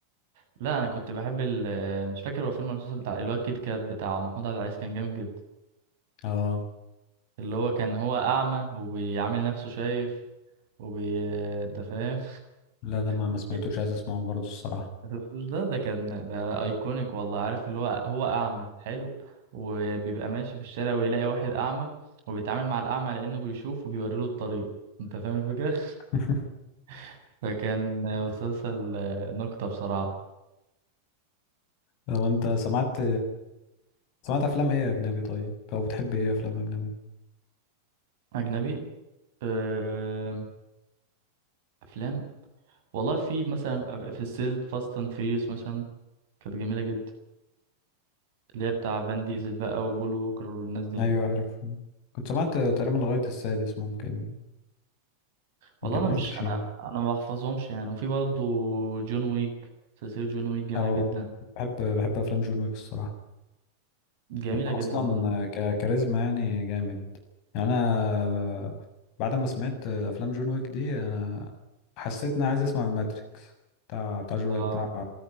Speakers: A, on the right (about 55°); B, on the left (about 45°).
A: لا انا كنت بحب ال مش فاكر هو فيلم المسلسل بتاع الواد كيت كات بتاع محمود عبد العزيز كان جامد جدا
B: اه
A: اللي هو كان هو اعمى وبيعامل نفسه شايف وبي أنت فاهم
B: لا ده ما ما
A: <laughs>
B: سمعتوش عايز اسمعه برضه الصراحه
A: ما شفتوش ده ده كان ده ايكونيك والله عارف اللي هو هو اعمى حلو وبيبقى ماشي في الشارع ويلاقي واحد اعمى وبيتعامل مع الاعمى لانه بيشوف وبيوري له الطريق انت فاهم الفكره
B: <laughs>
A: <laughs> فكان مسلسل نكته بصراحه
B: لو انت سمعت سمعت افلام ايه اجنبي طيب او بتحب ايه افلام اجنبي
A: اجنبي أم، افلام والله في مثلا في سلسلة فاست اند فيوريوس مثلا كانت جميلة جدا اللي هي بتاع فان ديزل بقى وبول ووكر والناس دي
B: ايوه عارف كنت سمعت تقريبا لغاية السادس ممكن ما
A: والله
B: كملتش
A: انا مش انا
B: يعني
A: انا ما بحفظهمش يعني وفي برضو جون ويك سلسلة جون ويك جميلة
B: او
A: جدا
B: بحب بحب افلام جون ويك الصراحة
A: جميلة
B: هو
A: جدا
B: اصلا
A: بصراحة
B: ك- كاريزما يعني جامد يعني انا بعد ما سمعت افلام جون ويك دي انا حسيت اني عايز اسمع الماتريكس بتاع بتاع جو
A: اه
B: بتاع